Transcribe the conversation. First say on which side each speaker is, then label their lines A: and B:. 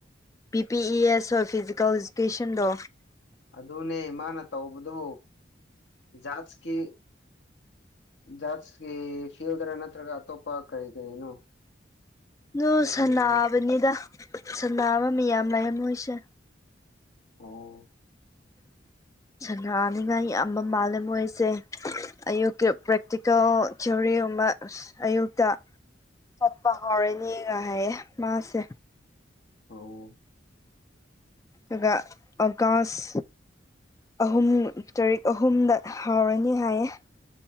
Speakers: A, on the left; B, on the left.
A: ꯕꯤ ꯄꯤ ꯏ ꯑꯦꯁ ꯍꯣꯏ ꯐꯤꯖꯤꯀꯦꯜ ꯏꯖꯨꯀꯦꯁꯟꯗꯣ
B: ꯑꯗꯨꯅꯦ ꯃꯥꯅ ꯇꯧꯕꯗꯣ ꯖꯥꯠꯁꯀꯤ ꯖꯥꯠꯁꯀꯤ ꯐꯤꯜꯗꯔ ꯅꯠꯇ꯭ꯔꯒ ꯑꯇꯣꯞꯄ ꯀꯔꯤ ꯀꯔꯤꯅꯣ
A: ꯅꯣꯏ
B: ꯌꯥꯝ
A: ꯁꯟꯅꯥꯕꯅꯤꯗ
B: ꯂꯩꯌꯦꯅ
A: ꯁꯟꯅꯥꯕ ꯃꯤꯌꯥꯝ ꯂꯩꯌꯦ ꯃꯣꯏꯁꯦ
B: ꯑꯣ
A: ꯁꯟꯅꯥꯅꯤꯉꯥꯏ ꯌꯥꯝꯕ ꯃꯥꯜꯂꯦ ꯃꯣꯏꯁꯦ ꯑꯌꯨꯛꯀꯤ ꯄ꯭ꯔꯦꯛꯇꯤꯀꯦꯜ ꯊꯤꯑꯣꯔꯤꯒꯨꯝꯕ ꯑꯁ ꯑꯌꯨꯛꯇ ꯆꯠꯄ ꯍꯧꯔꯅꯤꯒ ꯍꯥꯏꯌꯦ ꯃꯥꯁꯦ
B: ꯑꯣ
A: ꯑꯗꯨꯒ ꯑꯣꯀꯥꯁ ꯑꯍꯨꯝ ꯇꯔꯤꯛ ꯑꯍꯨꯝꯗ ꯍꯥꯎꯔꯅꯤ ꯍꯥꯏꯌꯦ